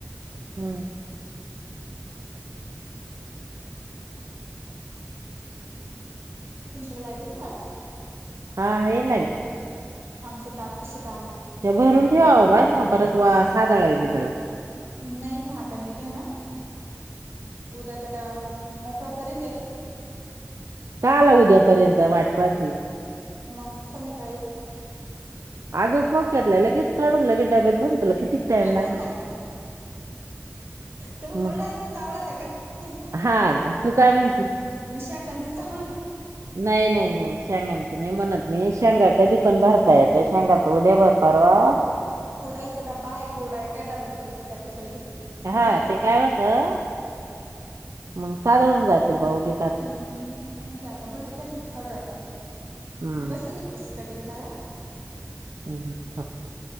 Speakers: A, on the right (about 75°); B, on the right (about 55°).
A: हम्म
B: तुमच्याकडे लाईट होती का आज
A: आहे लाईट.
B: आमचं का तस आले.
A: ते भरून ठेवावं नाहि परत वा सादळंल बिदळे
B: नाही नाही आता मी तर ना. उदकता मोकळा फरी ते
A: का आला उद्यापर्यंत वाटपाती.
B: मग संध्याकाळी.
A: अगं कक्यातलं लगेच काढून लगे डब्यात बनत कि. किक टाइम
B: काय कोरडा
A: लागणार.
B: तुम्ही
A: मग
B: कोरडायचं चावडता का.
A: हा तू काय म्हणती
B: मिशांगांचं वलं. <unintelligible>
A: नाही नाही. नाही शेगांचं नाही म्हणत मी शेगा
B: कुठं
A: कधी पण भरता येत शेगाच उद्या भरपारवा.
B: कुरडइचा डबा आहे कुरडइ आहे का डब्यात पलते कराय लगेच.
A: हा
B: भरायचा
A: ते काय होतं मग साधळून जातील बाउगीच.
B: ह ह नाही ते आता भरीत थोड्या वेळा
A: हम्म
B: बसले ते पीस कटिंग करा. ब <unintelligible>
A: हम् ह <inaudible>